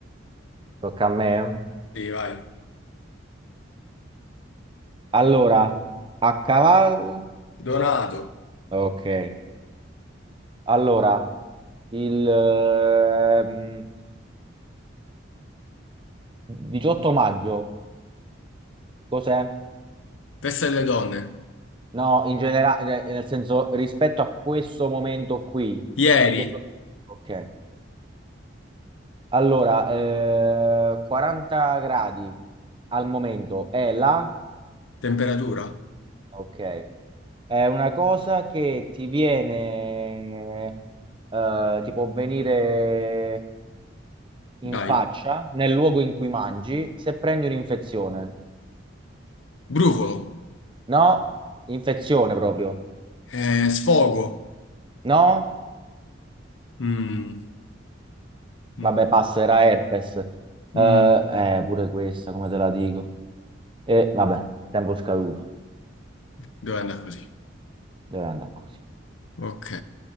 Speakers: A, on the right (about 25°); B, on the left (about 80°).
A: tocca a me. eh.
B: Sì, vai.
A: Allora, a cavallo,
B: Donato.
A: ok. Allora, il eh, mh, 18 maggio, cos'è?
B: Testa delle donne.
A: No, in generale, eh, nel senso, rispetto a questo momento qui,
B: Ieri,
A: che cosa? Ok. Allora, eh, 40 gradi al momento è la...
B: temperatura.
A: Ok, è una cosa che ti viene, eh, ti può venire
B: Dai.
A: in faccia nel luogo in cui mangi se prendi un'infezione.
B: Brufolo.
A: No? Infezione proprio.
B: Eh, sfogo.
A: No?
B: Mm, mm,
A: Vabbè, passa, era herpes. Eh,
B: mm.
A: eh, pure questa, come te la dico. E vabbè, tempo scaduto.
B: Dove andare così?
A: Deve andare così.
B: Ok.